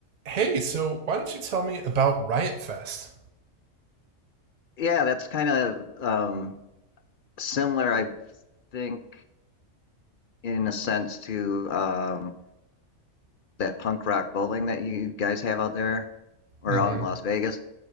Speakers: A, on the right; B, on the left.
A: hey, so why don't you tell me about Riot Fest?
B: Yeah, that's kind of um, similar, I think, in a sense to um, that punk rock bowling that you guys have out there or
A: Mm-hmm.
B: out in Las Vegas.